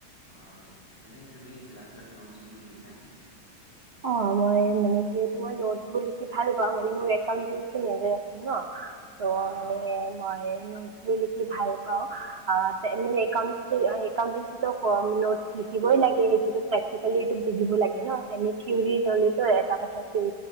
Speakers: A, on the left; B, on the right.
A: অ এনে তুমি ক্লাছত নোটছ বোৰ লিখ নে
B: অ মই মানে যিতো মই নিটবোৰ লিখি ভাল অ মানে মোৰ একাউণ্ট মেজাৰ আছিল ন ত'
A: অ
B: মানে
A: অ
B: মই নোটছ বোৰ লিখি ভাল পাও মানে এ এউট নোটছ লিখিবই লাগে সেইটোো প্ৰেক্টিকেলিটো বুজ লাগে ন এ থৰ হলেতো এটা কথা থৰ